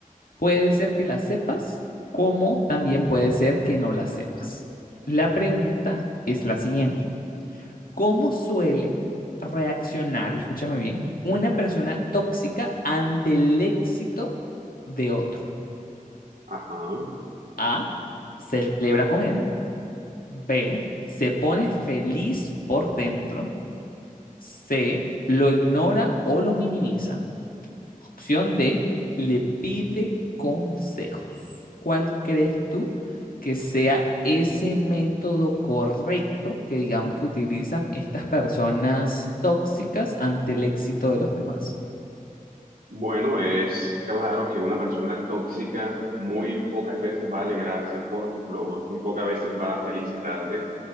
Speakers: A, on the left (about 80°); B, on the right (about 80°).
A: Puede ser que la sepas, como también puede ser que no la sepas. La pregunta es la siguiente. ¿Cómo suele reaccionar, y escúchame bien, una persona tóxica ante el éxito de otro?
B: Ajá.
A: A, celebra con él. B, se pone feliz por dentro. C, lo ignora o lo minimiza. Opción D, le pide consejos. ¿Cuál crees tú que sea ese método correcto que digamos que utilizan estas personas tóxicas ante el éxito de los demás?
B: Bueno, es claro que una persona tóxica muy pocas veces va a alegrarse por tus logros, muy pocas veces va a felicitarte.